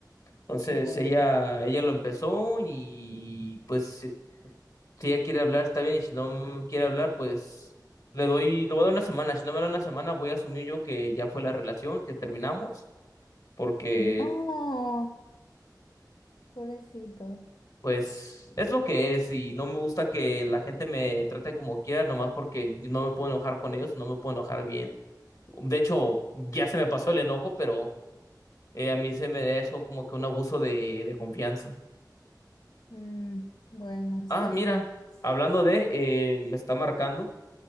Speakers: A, on the left; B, on the left.
A: Entonces
B: Bueno.
A: ella, ella lo empezó y pues si, si ella quiere hablar está bien y si no quiere hablar, pues le doy, le voy a dar una semana. Si no me da una semana, voy a asumir yo que ya fue la relación, que terminamos porque
B: No, pobrecito.
A: pues es lo que es y no me gusta que la gente me trate como quiera, nomás porque yo no me puedo enojar con ellos, no me puedo enojar bien. De hecho, ya se me pasó el enojo, pero eh, a mí se me da eso como que un abuso de, de confianza.
B: Mm, bueno, está
A: Ah, mira,
B: bien, Luis.
A: hablando de, eh, me está marcando.